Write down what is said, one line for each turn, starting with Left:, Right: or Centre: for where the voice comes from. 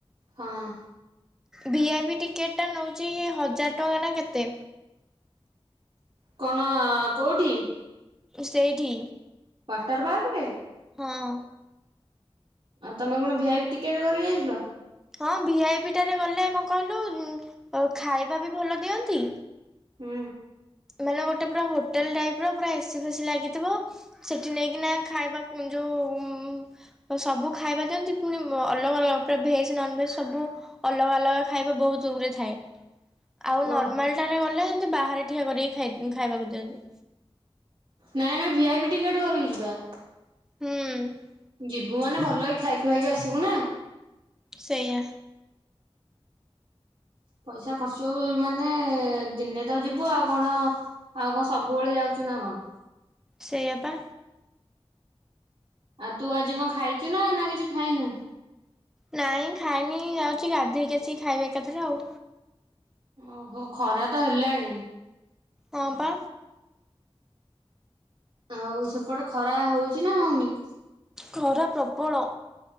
Right: ହଁ।
Centre: ଭିଆଇପି ଟିକେଟ୍ ଟା ନଉଛି ହଜାର ଟଙ୍କା ନା କେତେ?
Right: କଣ କୋଉଠି?
Centre: ସେଇଠି।
Right: ୱାଟର ପାର୍କରେ।
Centre: ହଁ।
Right: ଆଉ ତମେ କଣ ଭିଆଇପି ଟିକେଟ୍ କରିକି ଯାଇଥିଲ?
Centre: ହଁ ଭିଆଇପିଟାରେ ଗଲେ କଣ କହିଲୁ ଉଁ ଖାଇବା ବି ଭଲ ଦିଅନ୍ତି।
Right: ହୁଁ।
Centre: ମାନେ ଗୋଟେ ପୁରା ହୋଟେଲ୍ ଟାଇପର ପୁରା ଏସି ଫେସି ଲାଗିଥିବ ସେଠି ନେଇକିନା ଖାଇବାକୁ ଯୋଉ ଉଁ ସବୁ ଖାଇବା ଦିଅନ୍ତି ପୁଣି ଉଁ ଅଲଗା ଅଲଗା ପୁରା ଭେଜ୍ ନନଭେଜ୍ ସବୁ ଅଲଗା ଅଲଗା ଖାଇବା ବହୁତଗୁରେ ଥାଏ। ଆଉ
Right: ଓ
Centre: ନର୍ମାଲଟାରେ ଗଲେ ଏମିତି ବାହାରେ ଠିଆ କରିକି ଖାଇ ଖାଇବାକୁ ଦିଅନ୍ତି।
Right: ନାଇଁ ଆମେ ଭିଆଇପି ଟିକେଟ୍ କରିକି ଯିବା।
Centre: ହୁଁ।
Right: ଯିବୁ ମାନେ ଭଲକି ଖାଇଖୁଆକି ଆସିବୁ ନା।
Centre: ସେଇଆ।
Right: ପଇସା ଖର୍ଚ୍ଚ ହଉ ମାନେ ଦିନେ ତ ଯିବୁ ଆଉ କଣ ଆଉ କଣ ସବୁବେଳେ ଯାଉଛୁ ନା କଣ।
Centre: ସେଇଆ ପା।
Right: ଆଉ ତୁ ଆଜି କଣ ଖାଇଛୁନା। ନା କିଛି ଖାଇନୁ?।
Centre: ନାଇଁ ଖାଇନି ଯାଉଛି ଗାଧେଇକି ଆସିକି ଖାଇବି ଏକାଥେରେ ଆଉ।
Right: ଓହୋ ଖରା ତ ହେଲାଣି।
Centre: ହଁ ପା।
Right: ଆଉ ସେପଟେ ଖରା ହଉଛି ନା ହଉନି?।
Centre: ଖରା ପ୍ରବଳ।